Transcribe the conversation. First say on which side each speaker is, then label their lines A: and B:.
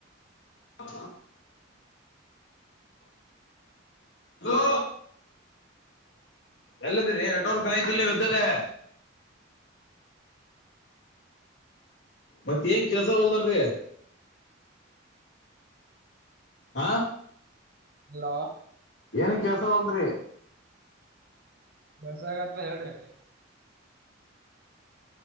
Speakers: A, on the left; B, on the right.
A: ಹ ಹಲೋ ಎಲ್ಲದ್ರಿ ನಟರ್ಯತಿಲ್ ನೀದಲ್ಲೇ ಮತ್ತೇನ್ ಕೆಲ್ಸ ಹೊಲ್ದಲ್ರಿ ಹಾ
B: ಹಲೋ
A: ಏನ ಕಳ್ತ ತೌಂದ್ರ
B: ಬಸಾಗತ್ವಾ ಹೇಳ್ರಿ